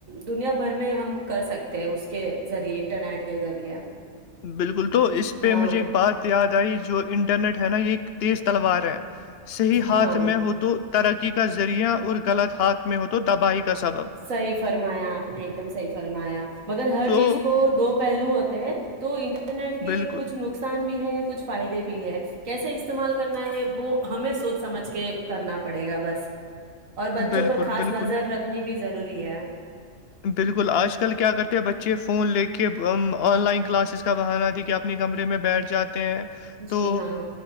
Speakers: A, on the right; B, on the left.
A: دنیا بھر میں ہم کر سکتے ہیں اس کے ذریعے انٹرنیٹ کے ذریعے
B: بالکل تو اس پہ
A: ہاں
B: مجھے ایک بات یاد آئی جو انٹرنیٹ ہے نا یہ تیز تلوار ہے صحیح
A: جی
B: ہاتھ
A: ہاں
B: میں ہو تو ترقی کا ذریعہ اور غلط ہاتھ میں ہو تو تباہی کا سبب
A: صحیح فرمایا آپ نے ایک دم صحیح فرمایا مگر ہر
B: تو
A: چیز کو دو پہلو ہوتے ہیں تو انٹرنیٹ کے
B: بالکل
A: کچھ نقصان بھی ہے کچھ فائدے بھی ہے کیسے استعمال کرنا ہے وہ ہمیں سوچ سمجھ کے کرنا پڑے گا بس اور بچوں
B: بالکل
A: پر خاص
B: بالکل
A: نظر رکھنی بھی ضروری ہے
B: بالکل آج کل کیا کرتے ہیں بچے فون لے کے آن لائن کلاسز کا بہانا کیا اپنے کمرے میں بیٹھ جاتے ہیں تو
A: جی ہاں